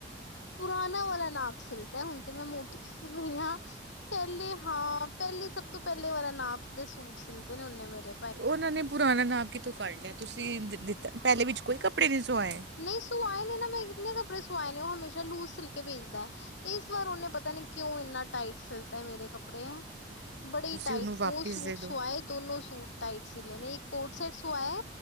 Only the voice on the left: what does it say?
ਪੁਰਾਨਾ ਵਾਲਾ ਨਾਪ ਸਿਲਤਾ ਹੁਣ ਤੇ ਮੈਂ ਮੋਟੀ ਹੋਈਆਂ ਪਹਿਲੇ ਹਾ। ਪੇਲੇ ਸਭ ਤੋ ਪੇਲੇ ਵਾਲਾ ਨਾਪ ਦੇ ਸੂਟ ਸਿਲਤੇ ਨੇ ਉਹਨੇ ਮੇਰੇ।
ਨੀ ਸੂਆਏ ਨੇ ਨਾ ਮੈਂ ਕਿੰਨੇ ਕੱਪੜੇ ਸਵਾਏ ਨੇ ਉਹ ਹਮੇਸ਼ਾ ਲੂਜ ਸਿਲ ਕੇ ਭੇਜਦਾ। ਇਸ ਵਾਰ ਉਨੇ ਪਤਾ ਨੀ ਕਿਉਂ ਇੰਨਾ ਟਾਈਟ ਸਿਲਤਾ ਮੇਰੇ ਕੱਪੜੇ ਹੈ। ਬੜੇ
ਟਾਈਟ
ਦੋ ਸੂਟ
ਸਵਾਏ
ਦੋਨੋ ਸੂਟ ਟਾਈਟ ਸਿਲੈ ਨੇ ਇੱਕ ਕੋਟ ਸੈਟ ਸੁਆਐ